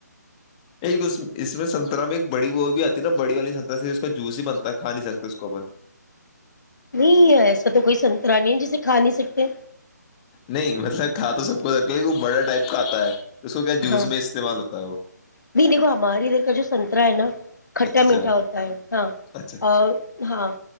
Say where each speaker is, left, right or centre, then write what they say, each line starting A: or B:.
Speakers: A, on the left; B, on the left.
A: ایک اس میں سنترا میں ایک بڑی وہ بھی آتی ہے نا بڑی والی سنترا سے اس کا جوس ہی بنتا ہے کا نہیں سکتا اس کو اپن
B: نہیں ایسا تو کوئی سن انی جسے کھا نہیں سکتے
A: نہیں مطلب کھا تو سب کو رک وہ بڑا ٹائپ کا آتا ہے اس کو کیا جوس
B: ہاں
A: میں استعمال ہوتا ہے وہ
B: نہیں دیکھو ہمارے ادھر کا جو سنترا ہے نا کھٹا
A: اچھا
B: میٹھا
A: اچھا
B: ہوتا ہے ہاں
A: اچھا
B: اور ہاں